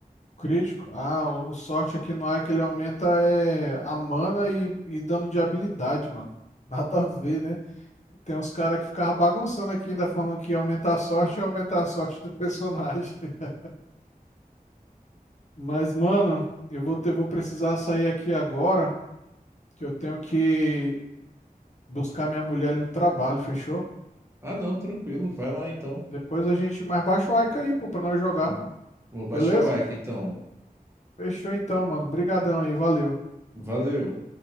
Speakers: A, on the left; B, on the right.
A: Crítico? Ah, o, o sorte aqui não é que ele aumenta é, a mana e, e dano de habilidade, mano. <laughs> Nada a ver, né? Tem uns caras que ficavam bagunçando aqui ainda falando que ia aumentar a sorte e aumentar a sorte do personagem. <laughs> Mas, mano, eu vou ter, vou precisar sair aqui agora, que eu tenho que buscar minha mulher ali no trabalho, fechou?
B: Ah, não, tranquilo, vai lá então.
A: Depois a gente mais baixa o Aika aí, pô, pra nós jogar.
B: Vou vou baixar
A: Beleza?
B: o Arca então.
A: Fechou então, mano. Brigadão aí, valeu.
B: Valeu.